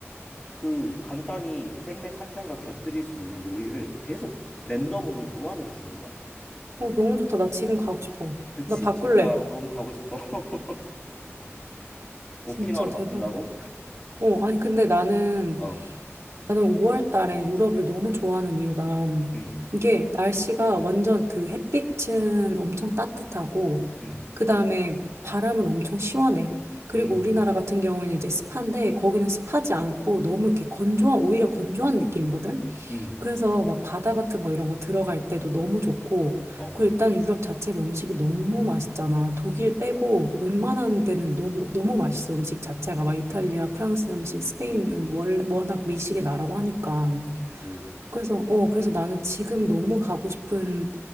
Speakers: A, on the left (about 15°); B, on the right (about 70°).
A: 그 간단히 생맥 한 잔과 곁들일 수 있는 요리를 계속 랜덤으로 무한으로 주는 거야.
B: 어, 너무 좋다. 나 지금 가고 싶어.
A: 그치.
B: 나 바꿀래.
A: 진짜 너무 가고 싶어. <laughs> 오키나와로
B: 진짜 대박이다.
A: 바꾼다고?
B: 어, 아니, 근데 나는,
A: 어.
B: 나는 5월 달에 유럽을 너무 좋아하는 이유가,
A: 음.
B: 이게 날씨가 완전 그 햇빛은 엄청 따뜻하고,
A: 음.
B: 그 다음에 바람은 엄청 시원해. 그리고
A: 음.
B: 우리나라 같은 경우에는 이제 습한데, 거기는 습하지 않고 너무 이렇게 건조한, 오히려 건조한 느낌이거든?
A: 음.
B: 그래서 막 바다 같은 거 이런 거 들어갈 때도 너무 좋고,
A: 어.
B: 그리고 일단 유럽 자체가 음식이 너무 맛있잖아. 독일 빼고 웬만한 데는 너무, 너무 맛있어. 음식 자체가 막 이탈리아, 프랑스 음식, 스페인은 월, 워낙 미식의 나라고 하니까.
A: 그치.
B: 그래서, 어, 그래서 나는 지금 너무 가고 싶은